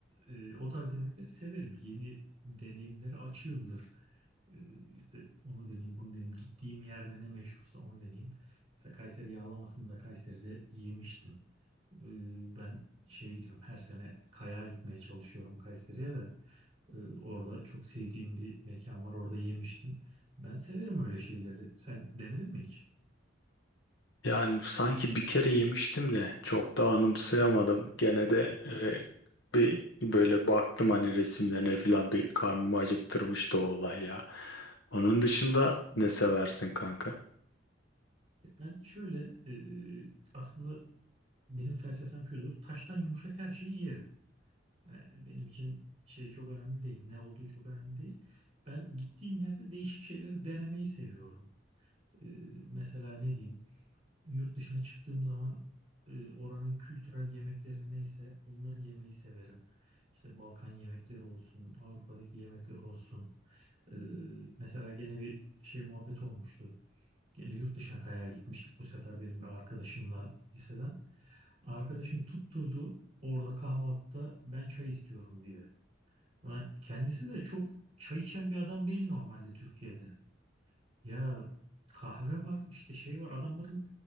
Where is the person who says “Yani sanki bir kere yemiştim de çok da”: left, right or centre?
Left